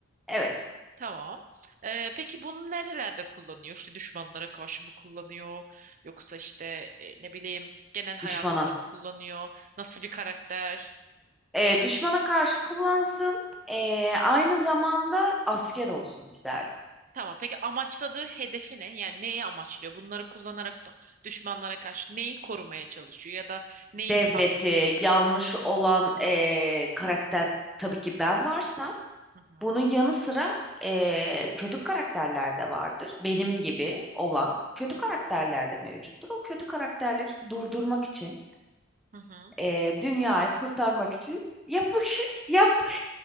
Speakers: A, in the centre; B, on the right.
A: Evet,
B: Tamam. E, peki bunu nerelerde kullanıyor? İşte düşmanlara karşı mı kullanıyor? Yoksa işte e, ne bileyim genel hayatında
A: düşmana.
B: mı kullanıyor? Nasıl bir karakter?
A: E, düşmana karşı kullansın. E, aynı zamanda asker olsun isterdim.
B: Tamam. Peki amaçladığı hedefi ne? Yani neyi amaçlıyor? Bunları kullanarak da- düşmanlara karşı neyi korumaya çalışıyor ya da neyi
A: Devleti,
B: sabit?
A: yanlışı olan e, karakter tabii ki ben varsam
B: Hı hı.
A: bunun yanı sıra e, kötü karakterler de vardır. Benim gibi olan
B: Hı hı.
A: kötü
B: Hı
A: karakterler
B: hı.
A: de mevcuttur. O kötü karakterleri durdurmak için,
B: Hı hı.
A: e, dünyayı kurtarmak için yapmak şey yapmak